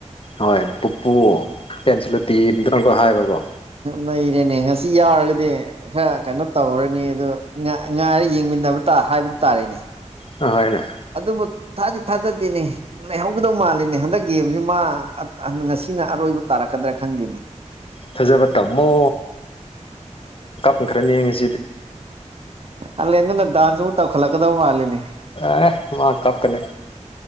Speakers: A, on the left; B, on the right.
A: ꯍꯣꯏ ꯄꯨꯄꯨ ꯀꯦꯟꯁꯨꯂꯇꯤꯝꯇꯅꯪꯀ ꯍꯥꯏꯕꯀꯣ
B: ꯂꯩꯔꯦꯅꯦ ꯉꯁꯤ ꯌꯥꯎꯔꯒꯗꯤ ꯈꯔ ꯀꯩꯅꯣ ꯇꯧꯔꯅꯤ ꯑꯗꯨ ꯉꯥꯏꯔ ꯌꯦꯡꯃꯤꯟꯅꯗꯕ ꯇ ꯍꯥꯏꯕꯗꯨ ꯇꯥꯔꯦꯅꯦ
A: ꯑ ꯍꯅ
B: ꯑꯗꯨꯕꯨ ꯊꯥꯗꯤ ꯊꯥꯖꯗꯦꯅꯦ ꯂꯩꯍꯧꯒꯗꯧ ꯃꯥꯜꯂꯤꯅꯦ ꯍꯟꯗꯛ ꯒꯦꯝꯁꯤ ꯃꯥ ꯉꯁꯤꯅ ꯑꯔꯣꯏꯕ ꯇꯥꯔꯛꯀꯗ꯭ꯔꯥ ꯈꯪꯗꯦꯅꯤ
A: ꯐꯖꯕ ꯇꯝꯃꯣ ꯈꯪ ꯈꯔ ꯌꯦꯡꯉꯁꯤ
B: ꯑꯜꯂꯦꯟ ꯑꯗꯨꯅ ꯗꯥꯟꯁ ꯑꯃꯨꯛ ꯇꯧꯈꯠꯂꯛꯀꯗꯕ ꯃꯥꯜꯂꯤꯅꯦ
A: ꯑꯦ ꯃꯥ ꯀꯞꯀꯅꯤ